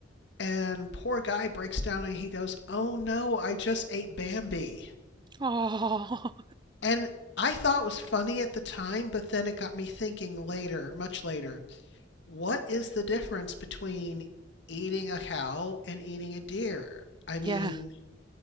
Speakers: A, on the left; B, on the right.
A: And poor guy breaks down and he goes, Oh no, I just ate Bambi.
B: Oh,
A: And I thought it was funny at the time, but then it got me thinking later, much later, what is the difference between eating a cow and eating a deer? I mean,
B: <laughs> yeah.